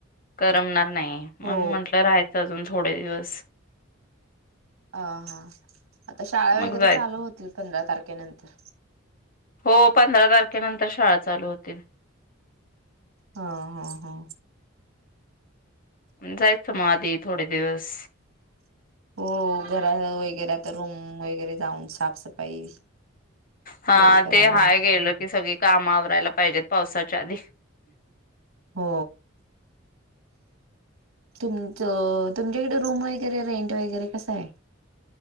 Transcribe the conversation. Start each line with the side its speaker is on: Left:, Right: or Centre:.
Left: करमणार नाही म्हणून
Right: हो
Left: म्हटलं राहायचं अजून. थोडे दिवस.
Right: अ हा आता शाळा
Left: मग
Right: वगैरे
Left: जायच.
Right: चालू होतील. पंधरा तारखे केनंतर.
Left: हो पंधरा तारखेनंतर शाळा चालू होतील.
Right: हा, हा, हा.
Left: जायचं मग आधी थोडे दिवस.
Right: हो घरा वगैरे आता रूम वगैरे जाऊन साफसफाई सगळी
Left: हा
Right: करावी
Left: ते हाय गेल की सगळी काम मग आवरायला पाहिजेत पावसाच्या आधी.
Right: हो तुमच तुमच्याकडे रूम वगैरे रेंट वगैरे कस हाय?